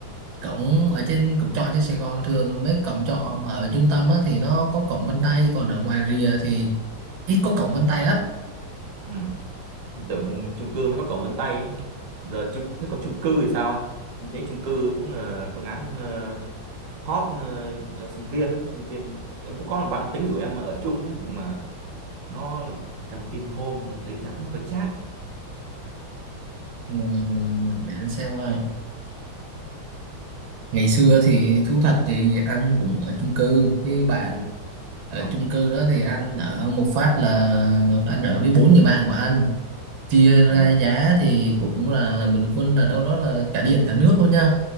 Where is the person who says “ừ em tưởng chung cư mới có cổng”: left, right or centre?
Right